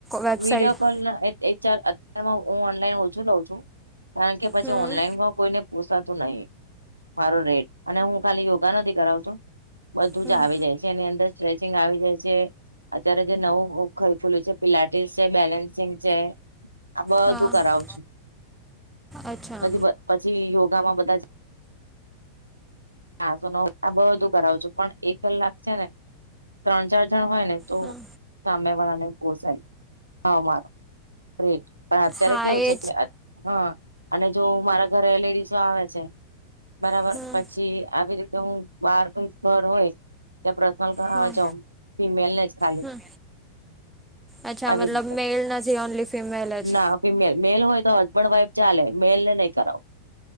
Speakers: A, in the centre; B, on the right.
A: વેબસાઇટ
B: વિડીયો કોલ એ ચાર અત્યાર હું ઓનલાઈન ઓછુ લઉ. છું કારણ કે પછી
A: હમ
B: ઓનલાઈનમા કોઈને પોશાતો નહી મારો રેટ, અને હું ખાલી યોગા નથી કરાવતો બધું
A: હમ
B: જ આવી જાય છે એની અંદર સ્ટ્રેચિંગ આવી જાય છે, અત્યારે જે નવું ઉખ ખુલ્યું છે પિલાટ તે સે બેલેન્સિંગ છે. આ
A: હા
B: બધું કરાવ છું,
A: અચ્છા
B: પછી ભ પછી યોગામાં બધાજ આ તો ન આ બધું કરાવું છું. પણ એક કલાક છે ને ત્રણ-ચાર જણ હોય ને તો
A: હમ
B: સામે વાળા ને પોસાય. અમારો રેટ પણ અત્યારે
A: હા
B: કેવું છે
A: એ
B: કે અ હા! અને જો મારા ઘરે લેડીઝ આવે છે, બરાબર
A: હમ
B: પછી આવી રીતે હું બાર કોઈ ઘર હોય ત્યાં પ્રશનલ કરાવા
A: હા
B: જાવ ફિમેલ ને જ ખાલી
A: હમ અચ્છા
B: આવી
A: મતલબ
B: રીતે
A: મેલ નથી ઓનલી ફિમેલ જ?
B: ના ફિમેલ મેલ હોય તો હસબંદ વાઈફ ચાલે મેલ ને નઈ કરાવ.